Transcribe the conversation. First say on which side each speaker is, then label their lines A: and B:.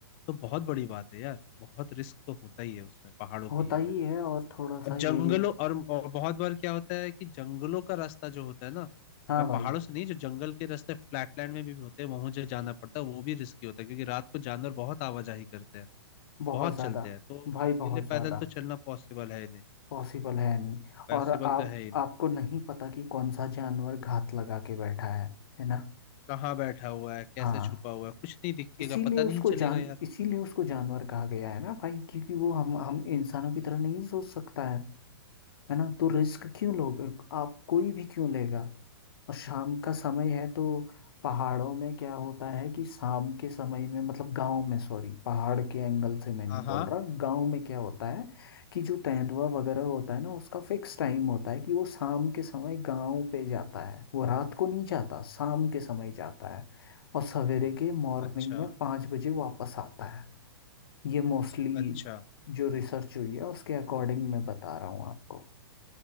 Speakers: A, on the left (about 30°); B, on the left (about 65°).
A: तो बहुत बड़ी बात है यार बहुत रिस्क तो होता ही है उसमें पहाड़ों
B: होता
A: के ये
B: ही
A: में
B: है और थोड़ा
A: और
B: सा
A: जंगलों
B: ये भी
A: और, और बहुत बार क्या होता है कि जंगलों का रास्ता जो होता है ना
B: हाँ
A: मैं
B: भाई
A: पहाड़ों से नहीं जो जंगल के रास्ते फ्लैटलैंड में भी होते हैं वहां जो जाना पड़ता है वो भी रिस्की होता है क्योंकि रात को जानवर बहुत आवाजाही करते हैं
B: बहुत
A: बहुत
B: ज़्यादा
A: चलते हैं तो
B: भाई
A: के
B: बहुत
A: लिए
B: ज़्यादा
A: पैदल तो चलना पॉसिबल है ही नहीं
B: पॉसिबल है नहीं
A: पॉसिबल
B: और आप
A: तो है ही नहीं
B: आपको नहीं पता कि कौन सा जानवर घात लगा के बैठा है है ना
A: कहाँ बैठा हुआ है कैसे
B: हाँ
A: छुपा हुआ है कुछ नहीं दिखेगा
B: इसीलिए
A: पता
B: उसको
A: नहीं चलेगा
B: जान
A: यार
B: इसीलिए उसको जानवर कहा गया है ना भाई क्योंकि वो हम हम इंसानों की तरह नहीं सोच सकता है है ना तो रिस्क क्यों लोगे आप कोई भी क्यों लेगा और शाम का समय है तो पहाड़ों में क्या होता है कि शाम के समय में मतलब गांव में सॉरी पहाड़ के एंगल से मैं नहीं
A: हाँ हाँ
B: बोल रहा गांव में क्या होता है कि जो तेंदुआ वगैरह होता है ना उसका फिक्स टाइम होता है कि वो शाम के समय गांव पे जाता है वो रात को नहीं जाता शाम के समय जाता है और सवेरे के मॉर्निंग
A: अच्छा
B: में पाँच बजे वापस आता है ये मोस्टली
A: अच्छा
B: जो रिसर्च हुई है उसके अकॉर्डिंग मैं बता रहा हूँ आपको